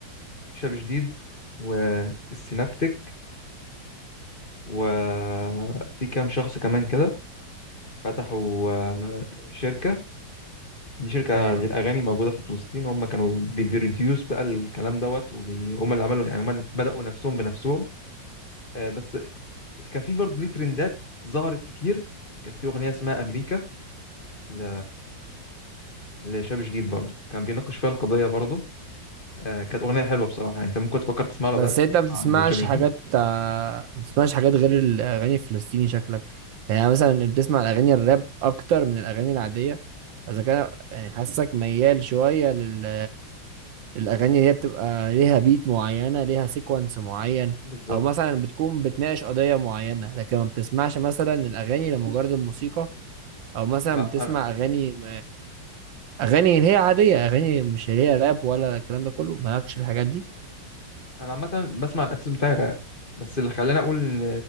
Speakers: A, on the left; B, on the right.
A: شاب جديد والسينابتك وفي كام شخص كمان كده فتحوا آه، شركة دي شركة
B: ايوه
A: للأغاني موجودة في فلسطين هم كانوا بيبروديوس بقى الكلام دوت وهم اللي عملوا يعني هم بدأوا نفسهم بنفسهم آه بس كان في برضه ليه ترندات ظهرت كتير كانت في أغنية اسمها أمريكا ل... لشاب جديد برضه كان بيناقش فيها القضية برضه آه كانت أغنية حلوة بصراحة يعني أنت ممكن تفكر تسمعها
B: بس
A: بقى
B: انت
A: تسمع
B: ما بتسمعش
A: لشاب جديد
B: حاجات آه، ما بتسمعش حاجات غير الاغاني الفلسطيني شكلك يعني أنا مثلا بتسمع الاغاني الراب اكتر من الاغاني العاديه اذا كان يعني حاسك ميال شويه لل الاغاني اللي هي بتبقى ليها بيت معينه ليها سيكونس معين
A: بالظبط
B: او مثلا بتكون بتناقش قضيه معينه لكن ما بتسمعش مثلا الاغاني لمجرد الموسيقى او مثلا
A: لا
B: بتسمع
A: انا
B: اغاني اغاني اللي هي عاديه اغاني مش اللي هي راب ولا الكلام ده كله مالكش في الحاجات دي
A: انا عامه بسمع الاساس بتاعي راب بس اللي خلاني اقول ان